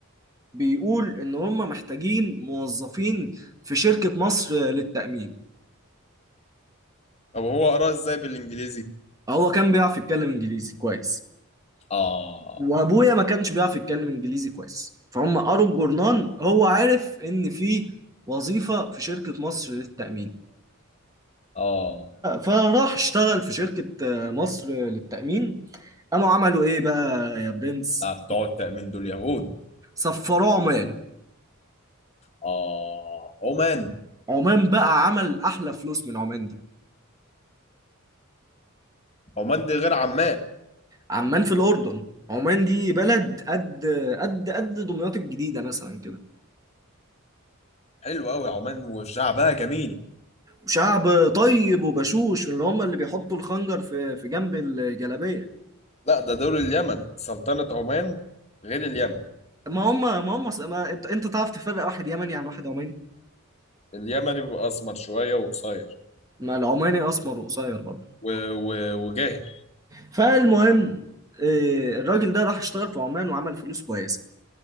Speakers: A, on the right (about 15°); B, on the left (about 30°).
A: بيقول ان هم محتاجين موظفين في شركة مصر للتأمين
B: طب هو قراه ازاي بالانجليزي
A: هو كان بيعرف يتكلم انجليزي كويس
B: اه
A: وابويا ما كانش بيعرف يتكلم انجليزي كويس فهم قروا الجورنال هو عارف ان في وظيفة في شركة مصر للتأمين
B: اه
A: فراح اشتغل في شركة مصر للتأمين قاموا عملوا ايه بقى يا برنس
B: لا بتوع التأمين دول يهود
A: سفروه عمان
B: اه عمان
A: عمان بقى عمل احلى فلوس من عمان دي
B: عمان دي غير عمان
A: عمان في الاردن عمان دي بلد قد قد قد دمياط الجديده مثلا كده
B: حلو قوي عمان وشعبها جميل
A: شعب طيب وبشوش اللي هم اللي بيحطوا الخنجر في في جنب الجلابيه
B: لا ده دول اليمن سلطنة عمان غير اليمن
A: ما هم ما هم ما انت انت تعرف تفرق واحد يمني عن واحد عماني
B: اليمن بيبقى اسمر شوية وقصير
A: ما العماني اسمر وقصير برضه
B: و... و... وجاهل
A: فالمهم آه، الراجل ده راح اشتغل في عمان وعمل فلوس كويسه